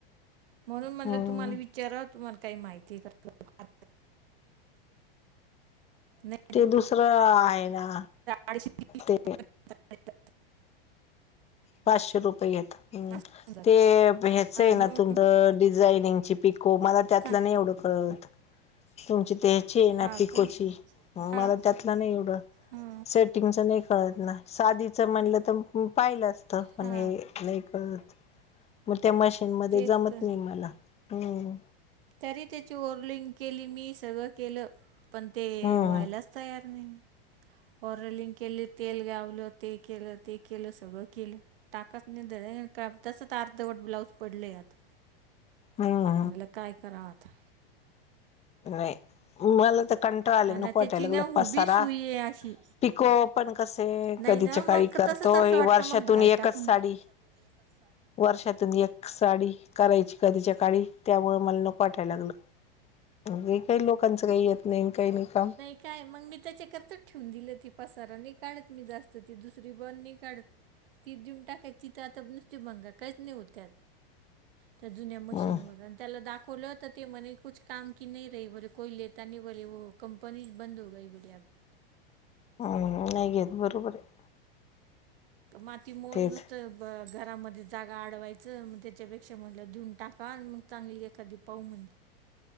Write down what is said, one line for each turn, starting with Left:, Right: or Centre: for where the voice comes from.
Right: म्हणून म्हटलं
Left: हम्म
Right: तुम्हाला विचाराव. तुम्हाला काही माहिती आहे का? नाय
Left: ते दुसरं आहे या
Right: अडीचशे तीनशे
Left: ते पाचशे रुपयेत
Right: असं होऊन जातं.
Left: ते ह्याच आहे
Right: आणि
Left: ना
Right: मग
Left: तुमचं डिझाईनिंगची पिकोपो मला त्यातल
Right: काय
Left: एवढं नाही कळत तुमची ते चेन
Right: हा
Left: आहे पिकोची
Right: का
Left: मला
Right: हा
Left: त्यातला नाही एवढं
Right: हा
Left: सेट टिंगच नाही कळत ना साधच म्हटलं तर पाहिलं असत. पण
Right: हा
Left: हे लाईक मग त्या मशीन मध्ये
Right: तेच
Left: जमत
Right: तर
Left: नाही मला हम्म.
Right: तरी त्याची ओरलिंग केली मी सगळं केलं पण ते
Left: हम्म
Right: व्हायलाच तयार नाही. ऑरलिंग केली तेल गावलं ते केलं ते केलं सगळं केलं. टाकाच नाही धरत तसाच अर्धवट ब्लाउज पडलय आता.
Left: हा!
Right: म्हणलं काय कराव आता?
Left: होय, मला तर कंटाळा आलय
Right: आणि
Left: नको
Right: त्याची
Left: वाटायला
Right: ना
Left: लागलय
Right: उभी
Left: पसारा.
Right: सुई आहे अशी
Left: पिको पण कसंय
Right: नाही
Left: कधीच्याकाळी
Right: ना मग
Left: करतो
Right: तसंच असं वाटतं
Left: वर्षातून
Right: मग बाहेर
Left: एकच
Right: टाकून
Left: साडी.
Right: द्या. <inaudible>
Left: वर्षातून एक साडी करायची कधीच्या काळी त्यामुळ मला नको वाटायला लागलं. हे काही लोकांचं काही येत नाही काही नाही काम.
Right: काय मग मी त्याच्याकरता ठेवून दिलं ती पसारा नाही काढत मी जास्त ती दुसरी भरणी नाही काढत. ती देऊन टाकायची तर आता नुसती भंगार काहीच नाही होत त्यात. त्या जुन्या मशीनवर
Left: हम्म
Right: आणि त्याला दाखवलं होत ते म्हणे कुछ काम की नाही रही बोले कोई ता नाही बोले व कंपनी बंद हो गई बोले अब
Left: हम्म नाही घ येत बरोबर आहे
Right: माती मोोल
Left: तेच
Right: नुसत ब घरामध्ये जागा अडवायचं मग त्याच्यापेक्षा मधला धुऊन टाका मग चांगली एखादी पाह म्हण.